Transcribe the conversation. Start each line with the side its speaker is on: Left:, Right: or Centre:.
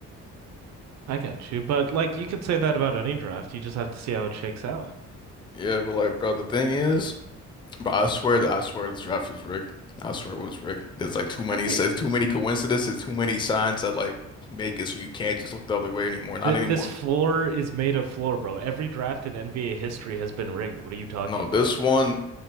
Right: I got you. But like you could say that about any draft. You just have to see how it shakes out.
Left: Yeah, but like, bro, the thing is, but I swear that I swear this draft was rigged. I swear it was rigged. There's like too many,
Right: Every
Left: there's too many coincidences, too many signs that like make it so you can't just look the other way anymore. Not
Right: Th
Left: anymore.
Right: this floor is made of floor, bro. Every draft in NBA history has been rigged. What are you talking
Left: No,
Right: about?
Left: this one